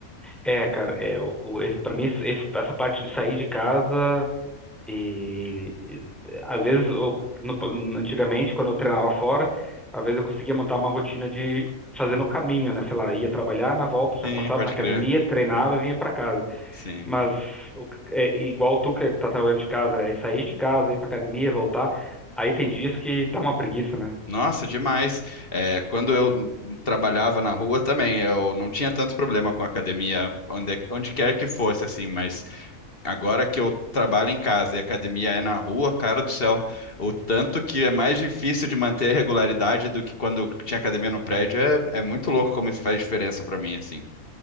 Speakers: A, in the centre; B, on the left (about 40°).
A: É, cara, é, o, o- esse, pra mim, esse- essa parte de sair de casa. E, e, às vezes, eu- no- antigamente, quando eu treinava fora, às vezes eu conseguia montar uma rotina de fazer no caminho, né? Sei lá, ia trabalhar, na volta já
B: Sim,
A: passava
B: pode
A: na academia,
B: crer.
A: treinava e vinha para casa.
B: Sim.
A: Mas o- é igual tu que tá trabalhando de casa, é sair de casa, ir para academia, voltar. Aí tem dias que dá uma preguiça, né?
B: Nossa, demais. É, quando eu trabalhava na rua também, eu não tinha tanto problema com academia, onde, onde quer que fosse, assim, mas agora que eu trabalho em casa e a academia é na rua, cara do céu, o tanto que é mais difícil de manter a regularidade do que quando tinha academia no prédio, é, é muito louco como isso faz diferença pra mim, assim.